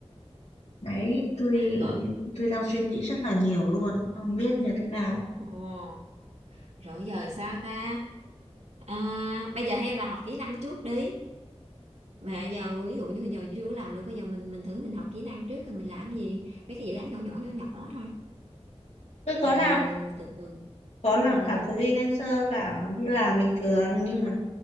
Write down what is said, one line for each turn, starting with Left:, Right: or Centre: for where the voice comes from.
Left: đấy tôi
Right: rồi
Left: tôi đang suy nghĩ rất là nhiều luôn không biết như thế nào
Right: ừ. rồi giờ sao ta à, bây giờ hay là học kỹ năng trước đi mà giờ ví dụ như giờ chưa làm được bây giờ mình mình thử mình học kỹ năng trước rồi mình làm gì mấy cái dự án nhỏ nhỏ nhỏ nhỏ thôi
Left: tôi
Right: rồi
Left: có làm
Right: ờ, từ từ
Left: có làm
Right: ừ,
Left: cả freelancer cả đi làm bình thường nhưng mà